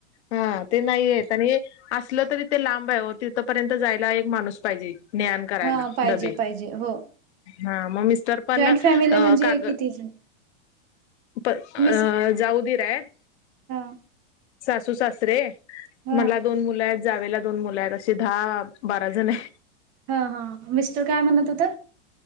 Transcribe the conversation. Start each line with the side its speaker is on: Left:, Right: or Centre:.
Left: हा ते नाहीयेत. आणि असलं तरी ते लांब आय ओ तिथपर्यंत जायला एक माणूस पाहिजे. न्हे आन करायला
Right: हा पाहिजे
Left: डब्बे
Right: पाहिजे हो
Left: हा मग मिस्टर पण
Right: जॉईंट फॅमिली म्हणजे
Left: काग
Right: किती जण
Left: प अ
Right: मिस
Left: जाऊ दिर आयत
Right: हा
Left: सासू, सासरे
Right: हा
Left: मला दोन मुलं आयत जावेला दोन मुलं आयत असे दहा बारा जण ए.
Right: हा हा मिस्टर काय म्हणत होत?